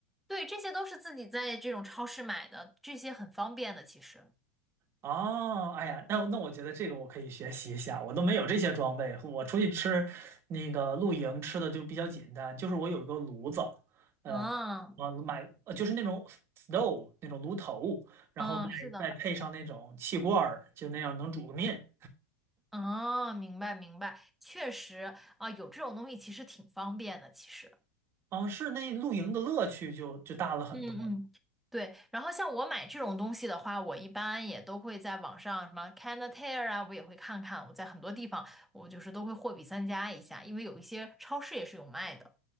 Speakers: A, in the centre; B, on the right.
A: 对，这些都是自己在这种超市买的，这些很方便的，其实。
B: 哦，哎呀，那那我觉得这个我可以学习一下，我都没有这些装备，我出去吃那个露营吃的就比较简单，就是我有一个炉子，呃，
A: 嗯
B: 我买呃就是那种 stove 那种炉头，然后再再配上那种气罐儿就那样能煮个面。
A: 嗯，是的，嗯，明白明白，确实啊，有这种东西其实挺方便的，其实，
B: 啊，是那露营的乐趣就就大了很多了
A: 嗯嗯，对。然后像我买这种东西的话，我一般也都会在网上什么 Canatair 啊，我也会看看，我在很多地方我就是都会货比三家一下，因为有一些超市也是有卖的，